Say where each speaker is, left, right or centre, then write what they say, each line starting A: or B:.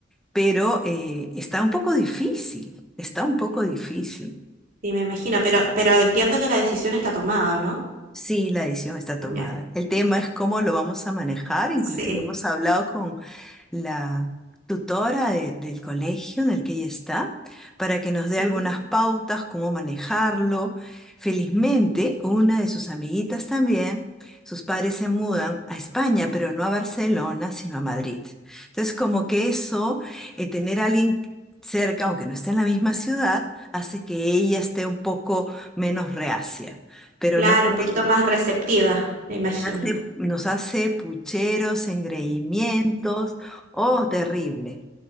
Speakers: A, in the centre; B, on the right.
A: pero eh,
B: Sí,
A: está un poco difícil, está un poco difícil.
B: sí, me imagino, pero, pero entiendo que la decisión está tomada, ¿no?
A: Sí, la decisión está tomada.
B: Ya,
A: El tema es cómo lo vamos a manejar. Inclusive
B: sí.
A: hemos hablado con la tutora de- del colegio en el que ella está para que nos dé
B: ujú.
A: algunas pautas, cómo manejarlo. Felizmente, una de sus amiguitas también, sus padres se mudan a España, pero no a Barcelona, sino a Madrid. Entonces, como que eso, eh, tener a alguien cerca, aunque no esté en la misma ciudad, hace que ella esté un poco menos reacia. Pero
B: Claro,
A: no creen
B: un poquito más receptiva, me imagino.
A: me hace- nos hace pucheros, engreimientos, oh, terrible.